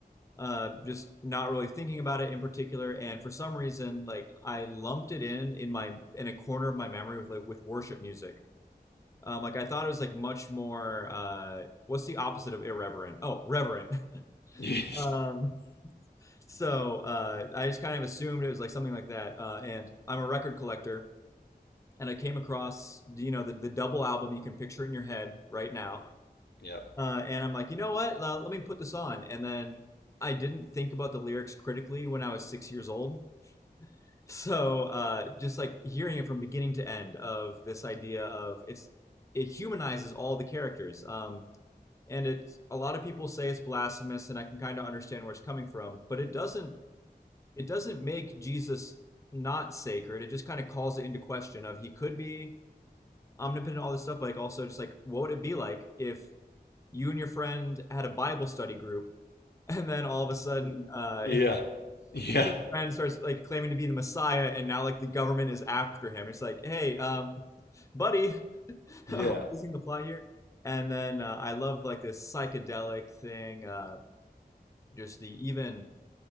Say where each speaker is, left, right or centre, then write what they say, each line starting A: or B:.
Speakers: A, on the left (about 20°); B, on the left (about 80°).
A: uh, just not really thinking about it in particular. And for some reason, like I lumped it in in my in a corner of my memory with like with worship music. Um, like I thought it was like much more. Uh, what's the opposite of irreverent? Oh, reverent. <laughs>
B: <laughs> yep,
A: Um, so uh, I just kind of assumed it was like something like that. Uh, and I'm a record collector, and I came across you know the, the double album. You can picture it in your head right now.
B: yep,
A: Uh, and I'm like, you know what? Uh, let me put this on. And then I didn't think about the lyrics critically when I was six years old. <laughs> So uh, just like hearing it from beginning to end of this idea of it's it humanizes all the characters. Um, and it's a lot of people say it's blasphemous, and I can kind of understand where it's coming from, but it doesn't it doesn't make Jesus not sacred. It just kind of calls it into question of he could be omnipotent, all this stuff, but like also just like what would it be like if you and your friend had a Bible study group and then all of a sudden uh
B: yeah,
A: <laughs>
B: yeah,
A: your friend starts like claiming to be the Messiah and now like the government is after him. It's like, hey, um, buddy, <laughs>
B: yeah,
A: are we losing the plot here? And then uh, I love like this psychedelic thing, uh just the even